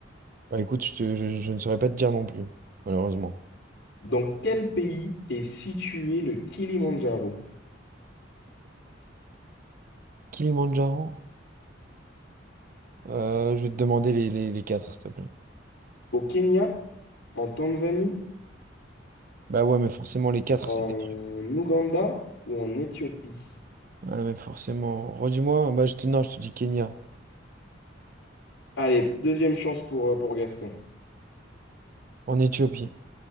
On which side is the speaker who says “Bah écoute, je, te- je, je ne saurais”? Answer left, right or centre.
Right